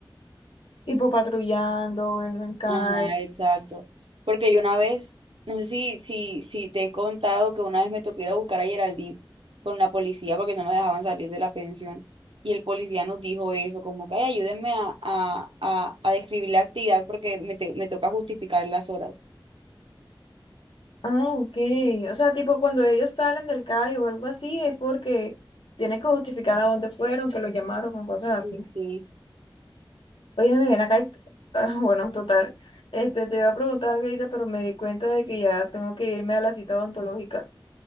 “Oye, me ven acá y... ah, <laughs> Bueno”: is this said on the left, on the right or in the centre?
Left